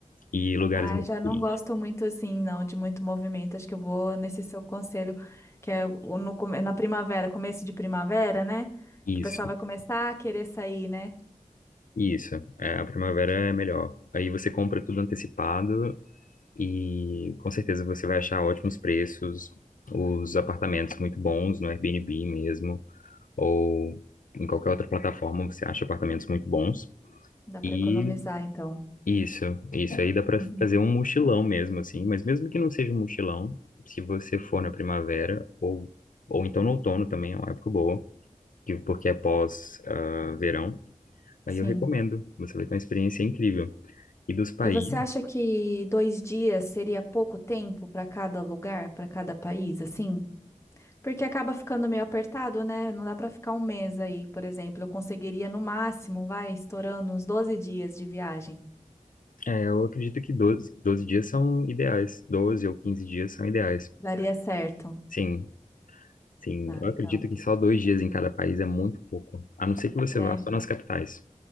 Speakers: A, on the left (about 80°); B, on the left (about 20°).
A: E lugares
B: Ah,
A: muito
B: já não
A: turísticos.
B: gosto muito assim, não, de muito movimento. Acho que eu vou nesse seu conselho, que é o- no, come- na primavera, começo de primavera, né?
A: Isso,
B: Que o pessoal vai começar a querer sair, né?
A: isso. É, a primavera
B: Uhum.
A: é melhor. Aí você compra tudo antecipado E com certeza você vai achar ótimos preços, os apartamentos muito bons no Airbnb mesmo, ou em qualquer outra plataforma você acha apartamentos muito bons.
B: Dá para
A: E
B: economizar, então.
A: isso, isso aí dá para
B: Uhum.
A: fazer um mochilão mesmo, assim, mas mesmo que não seja um mochilão, se você for na primavera, ou, ou então no outono também é uma época boa, que- porque é pós, ah, verão, aí
B: Sim.
A: eu recomendo, você vai ter uma experiência incrível. E dos países.
B: E você acha que dois dias seria pouco tempo para cada lugar, para cada país, assim? Porque acaba ficando meio apertado, né? Não dá para ficar um mês aí, por exemplo. Eu conseguiria no máximo, vai, estourando uns 12 dias de viagem.
A: É, eu acredito que doze doze dias são ideais. doze ou quinze dias são ideais.
B: Daria certo.
A: Sim, sim.
B: Ah,
A: Eu
B: legal.
A: acredito que só dois dias em cada país é muito pouco. A não ser que você
B: É,
A: vá só nas capitais.